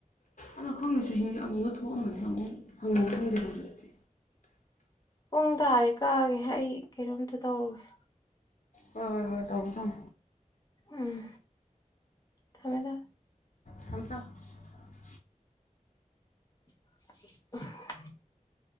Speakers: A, on the left; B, on the left.
A: ꯑꯗ ꯈꯪꯗꯦ ꯆꯨꯍꯤꯡꯁ ꯑꯃꯨꯛꯀ ꯊꯣꯛꯑꯝꯕꯅꯤ ꯑꯃꯨꯛ ꯍꯪꯉ ꯈꯪꯗꯦ ꯍꯧꯖꯤꯛꯇꯤ
B: ꯄꯨꯡ ꯇꯥꯔꯦ ꯀꯛꯑꯒꯦ ꯑꯩ ꯀꯩꯅꯣꯝꯇ ꯇꯧꯔꯨꯒꯦ
A: ꯍ ꯍ ꯇꯪ ꯇꯝ
B: ꯎꯝ ꯊꯝꯃꯦ ꯊꯝꯃꯦ
A: ꯊꯝꯇ <unintelligible>
B: <unintelligible>